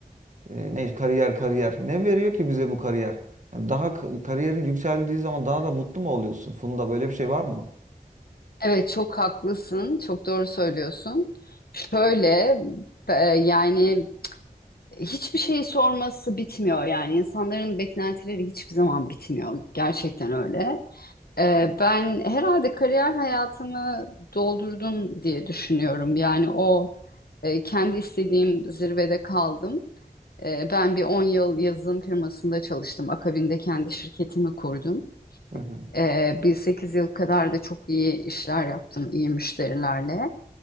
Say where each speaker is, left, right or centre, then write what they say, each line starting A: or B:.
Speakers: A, on the right; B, on the left.
A: e, ne kariyer kariyer. Ne veriyor ki bize bu kariyer? Yani daha k- kariyerin yükseldiği zaman daha da mutlu mu oluyorsun? Funda böyle bir şey var mı?
B: Evet çok haklısın. Çok doğru söylüyorsun. Şöyle e, yani hiçbir şeyi sorması bitmiyor yani. İnsanların beklentileri hiçbir zaman bitmiyor. Gerçekten öyle. E, ben herhalde kariyer hayatımı doldurdum diye düşünüyorum. Yani o e, kendi istediğim zirvede kaldım. Ee, ben bir 10 yıl yazılım firmasında çalıştım. Akabinde kendi şirketimi kurdum.
A: Hı hı.
B: Ee, bir 8 yıl kadar da çok iyi işler yaptım, iyi müşterilerle.